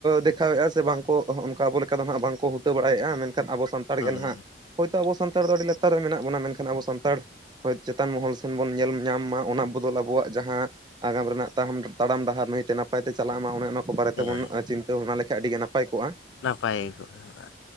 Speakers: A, on the right (about 25°); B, on the left (about 80°).
A: ᱫᱮᱠᱷᱟᱣᱮᱫᱼᱟ᱾ ᱥᱮ ᱵᱟᱝ ᱠᱚ ᱚᱱᱠᱟ ᱟᱵᱚ ᱞᱮᱠᱟ ᱫᱚ ᱱᱟᱜ ᱵᱟᱝ ᱠᱚ ᱩᱴᱟᱹ ᱵᱟᱲᱟᱭᱮᱜᱼᱟ ᱢᱮᱱᱠᱷᱟᱱ ᱟᱵᱚ ᱥᱟᱱᱛᱟᱲ
B: ᱦᱳᱭ
A: ᱜᱮ ᱱᱟᱦᱟᱸᱜ ᱦᱚᱭᱛᱚ ᱟᱵᱚ ᱥᱟᱱᱛᱟᱲ ᱫᱚ ᱟᱹᱰᱤ ᱞᱟᱛᱟᱨ ᱨᱮ ᱢᱮᱱᱟᱜ ᱵᱚᱱᱟ ᱢᱮᱱᱠᱷᱟᱱ ᱟᱵᱚ ᱥᱟᱱᱛᱟᱲ ᱦᱳᱭ, ᱪᱮᱛᱟᱱ ᱢᱚᱦᱚᱞ ᱥᱮᱱ ᱵᱚᱱ ᱧᱮᱞ ᱧᱟᱢ ᱢᱟ ᱚᱱᱟ ᱵᱚᱫᱚᱞ ᱟᱵᱚᱣᱟᱜ ᱡᱟᱦᱟᱸ ᱟᱜᱟᱢ ᱨᱮᱱᱟᱜ ᱛᱟᱦᱟᱢ, ᱛᱟᱲᱟᱢ ᱰᱟᱦᱟᱨ ᱱᱟᱭᱛᱮ ᱱᱟᱯᱟᱭ ᱛᱮ ᱪᱟᱞᱟᱜ ᱢᱟ ᱚᱱᱮ ᱚᱱᱟ ᱠᱚ ᱵᱟᱨᱮ ᱛᱮᱵᱚᱱ
B: ᱦᱳᱭ
A: ᱪᱤᱱᱛᱟᱹ ᱵᱷᱟᱱᱟ ᱞᱮᱠᱷᱟᱡ ᱟᱹᱰᱤ ᱜᱮ ᱱᱟᱯᱟᱭ ᱠᱚᱜᱼᱟ ᱾
B: ᱱᱟᱯᱟᱭ ᱠᱚᱜ ᱟ,